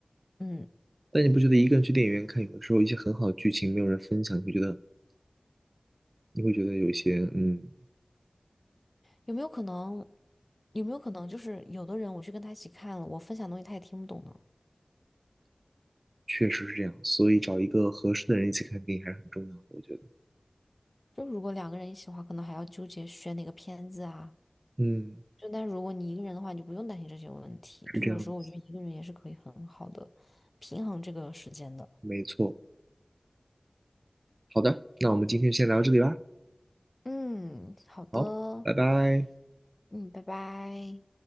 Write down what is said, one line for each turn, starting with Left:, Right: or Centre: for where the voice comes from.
Left: 嗯，
Right: 但你不觉得一个人去电影院看，有的时候一些很好的剧情没有人分享，你会觉得你会觉得有一些，嗯，
Left: 有没有可能？有没有可能就是有的人我去跟他一起看了，我分享东西他也听不懂呢？
Right: 确实是这样，所以找一个合适的人一起看电影还是很重要的，我觉得，
Left: 就如果两个人一起的话，可能还要纠结选哪个片子啊。
Right: 嗯，
Left: 就但如果你一个人的话，你就不用担心这些问题。
Right: 是这样子，
Left: 就有时候我觉得一个人也是可以很好的平衡这个时间的。
Right: 没错。好的，那我们今天先聊到这里吧。
Left: 嗯，好的，
Right: 好，拜拜。
Left: 嗯，拜拜。